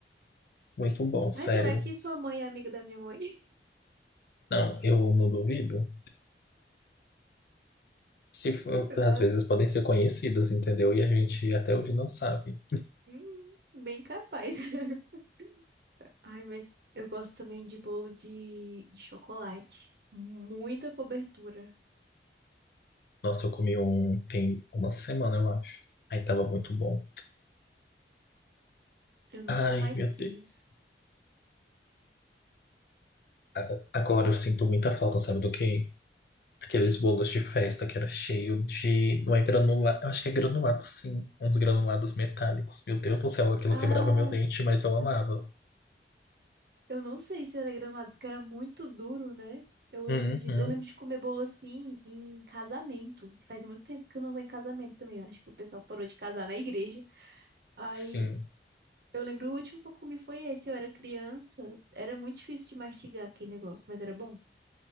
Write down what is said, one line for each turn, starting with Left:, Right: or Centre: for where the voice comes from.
Left: Muito bom, sério.
Right: Ai, será que sua mãe é amiga da minha mãe?
Left: Não, eu não duvido. Se for-
Right: <laughs>
Left: às
Right: Nossa,
Left: vezes podem ser conhecidas, entendeu? E a gente até hoje não sabe.
Right: hum, bem capaz. <laughs> Ai, mas eu gosto também de bolo de, de chocolate. Muita cobertura.
Left: Nossa, eu comi um tem uma semana, eu acho. Aí tava muito bom.
Right: Eu nunca
Left: Ai,
Right: mais
Left: meu
Right: fiz.
Left: Deus. A- Agora eu sinto muita falta, sabe do quê? Aqueles
Right: Hum.
Left: bolos de festa que era cheio de. Não é granulado. Eu acho que é granulado, sim. Uns granulados metálicos. Meu Deus do céu, aquilo
Right: Ah,
Left: quebrava meu dente,
Right: sim.
Left: mas eu amava.
Right: Eu não sei se era granulado, porque era muito duro, né? Eu lembro
Left: Uhum,
Right: disso. Eu lembro de comer bolo assim em casamento. Faz muito tempo que eu não vou em casamento também. Eu acho que o pessoal parou de casar na igreja. Aí
Left: sim.
Right: eu lembro o último que eu comi foi esse. Eu era criança. Era muito difícil de mastigar aquele negócio, mas era bom.